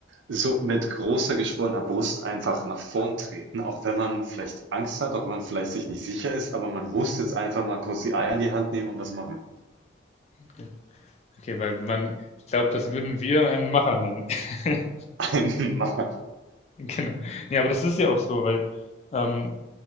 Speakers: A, on the right; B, on the left.
A: So mit großer geschwollener Brust einfach nach vorn treten, auch wenn man vielleicht Angst hat, auch wenn man vielleicht sich nicht sicher ist, aber man muss jetzt einfach mal kurz die Eier in die Hand nehmen und was machen.
B: okay. Okay, weil man, ich glaube, das würden wir einen Macher nennen. <laughs>
A: <laughs> Einmal.
B: Genau. Ja, aber das ist ja auch so, weil ähm,